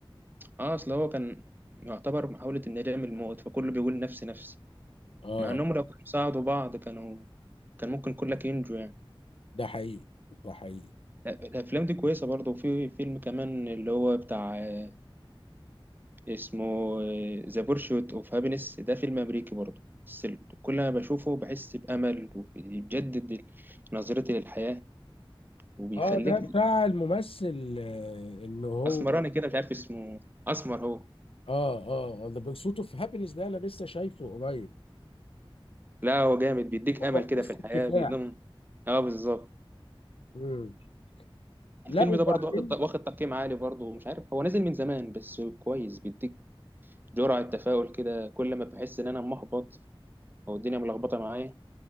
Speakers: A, on the right (about 20°); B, on the left (about 80°).
A: اه اصل هو كان يعتبر محاولة الندام الموت فكله بيقول نفسي نفسي
B: اه
A: مع انهم لو كانوا ساعدوا بعض كانوا كان ممكن كلك ينجو يعني
B: ده حقيقي ده حقيقي
A: لا، الافلام دي كويسه برضه وفي فيلم كمان اللي هو بتاع آه، اسمه ذا بورشوت اوف هابينس ده فيلم امريكي برضه بس ال- كل ما بشوفه بحس بامل وبيجدد ال- نظرتي للحياه وبيخليك
B: اه ده بتاع الممثل آه، اللي هو
A: اسمراني كده مش عارف اسمه اسمر هو
B: اه اه ذا بيرسوت اوف هابينس ده انا لسه شايفه قريب
A: لا هو جامد بيديك
B: هو
A: امل
B: قصه
A: كده في الحياه
B: كفاح
A: بيقدم اه بالظبط
B: مم. لا
A: الفيلم
B: وبعدين
A: ده برضه واخد واخد تقييم عالي برضه مش عارف هو نازل من زمان بس كويس بيديك جرعه تفاؤل كده كل ما بحس ان انا محبط او الدنيا ملخبطه معايا